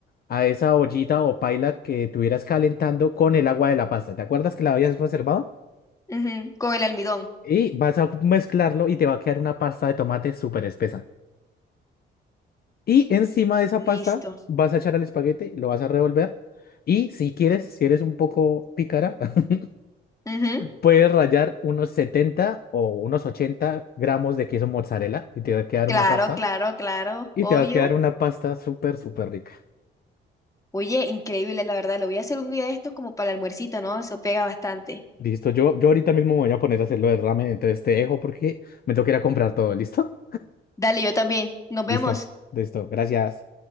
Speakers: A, on the left; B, on the left.
A: a esa ollita o paila que tuvieras calentando con el agua de la pasta. ¿Te acuerdas que la habías reservado?
B: Ujú, Con el almidón.
A: Y vas a mezclarlo y te va a quedar una pasta de tomate súper espesa. Y encima de esa
B: Listo.
A: pasta vas a echar el espagueti, lo vas a revolver. Y si quieres, si eres un poco pícara, <laughs>
B: Ujú,
A: Puedes rallar unos 70 o unos 80 gramos de queso mozzarella y te va a quedar
B: Claro,
A: una pasta.
B: claro, claro.
A: Y
B: Obvio.
A: te va a quedar una pasta súper, súper rica.
B: Oye, increíble, la verdad. Lo voy a hacer un día de estos como para el almuercito, ¿no? Eso pega bastante.
A: Listo, yo, yo ahorita mismo me voy a poner a hacer lo del ramen, entonces te dejo porque me tengo que ir a comprar todo. ¿Listo?
B: Dale, yo también. Nos
A: Listo,
B: vemos.
A: listo. Gracias.